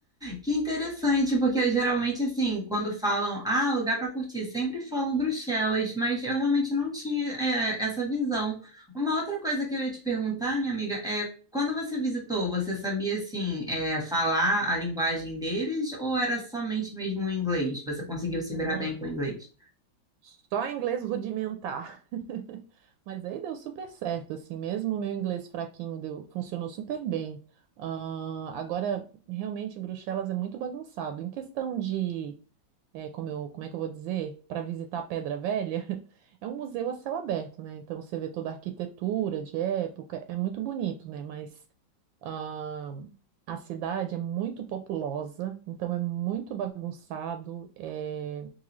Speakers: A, in the centre; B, on the right.
A: Que interessante, porque geralmente, assim, quando falam, ah, lugar para curtir, sempre falam Bruxelas, mas eu realmente não tinha, é, essa visão. Uma outra coisa que eu ia te perguntar, minha amiga, é quando você visitou, você sabia, assim, é, falar a linguagem deles ou era somente mesmo o inglês? Você conseguiu se
B: <laughs>
A: virar bem com o inglês?
B: Só inglês rudimentar. <laughs> Mas aí deu super certo, assim, mesmo o meu inglês fraquinho deu, funcionou super bem. Ah, agora, realmente, Bruxelas é muito bagunçado. Em questão de, eh, como eu, como é que eu vou dizer, para visitar a Pedra Velha, <laughs> é um museu a céu aberto, né? Então você vê toda a arquitetura de época, é muito bonito, né? Mas ah, a cidade é muito populosa, então é muito bagunçado. é,